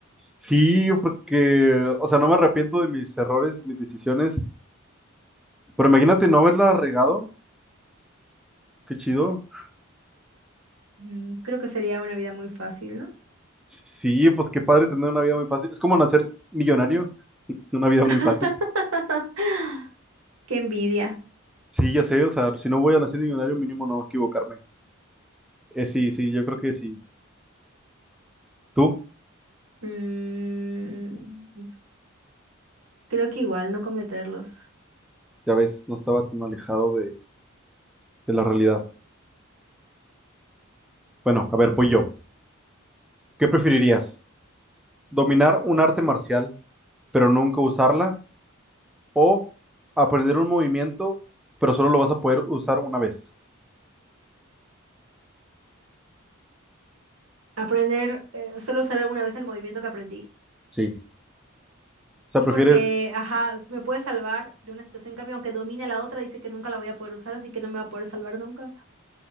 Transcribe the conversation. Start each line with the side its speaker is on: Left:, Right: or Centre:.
Centre: Sí, porque, o sea, no me arrepiento de mis errores, de mis decisiones, pero imagínate no haberla regado. Qué chido.
Right: Mm, creo que sería una vida muy fácil, ¿no?
Centre: Sí, pues qué padre tener una vida muy fácil. Es como nacer millonario, <laughs> una vida
Right: <laughs>
Centre: muy fácil.
Right: Qué envidia.
Centre: Sí, ya sé, o sea, si no voy a nacer millonario, mínimo no equivocarme. Eh, sí, sí, yo creo que sí. Tú,
Right: Mm, Creo que igual no cometerlos.
Centre: ya ves, no estaba tan alejado de, de la realidad. Bueno, a ver, pues yo. ¿Qué preferirías? ¿Dominar un arte marcial, pero nunca usarla? o aprender un movimiento, pero solo lo vas a poder usar una vez.
Right: Aprender, eh, solo usar alguna vez el movimiento que aprendí.
Centre: Sí. O sea,
Right: Sí,
Centre: prefieres,
Right: porque, ajá, me puede salvar de una situación. En cambio, aunque domine la otra, dice que nunca la voy a poder usar, así que no me va a poder salvar nunca.